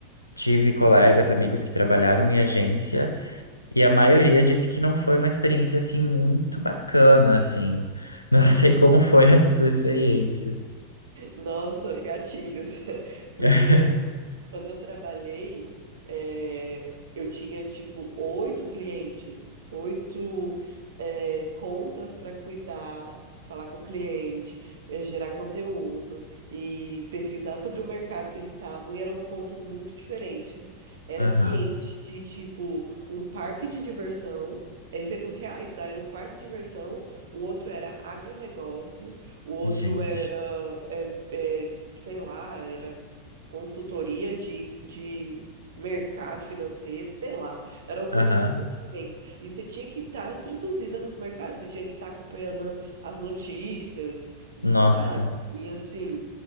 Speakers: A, on the left; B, on the right.
A: Tive colegas, amigos que trabalharam em agência, e
B: Aham.
A: a maioria disse que não foi uma experiência, assim, muito bacana, assim. <laughs> Não
B: Aham.
A: sei como foi a sua experiência.
B: Nossa, gatilhos. <laughs> Porque
A: <laughs>
B: quando eu trabalhei, eh, eu tinha tipo oito clientes, oito, eh, contas para cuidar, falar com o cliente, eh, gerar conteúdo e pesquisar sobre o mercado que eles estavam. E eram contas muito diferentes. Era
A: Aham,
B: cliente de tipo um parque de diversão. Exemplos reais, tá? Era um parque de diversão, o outro era agronegócio, o outro
A: gente.
B: era, eh, eh, sei lá, era consultoria de, de mercado financeiro, sei lá. Eram coisas
A: Aham.
B: muito diferentes. E você tinha que estar introduzida nos mercados, você tinha que estar acompanhando as notícias,
A: Nossa.
B: sabe? E assim,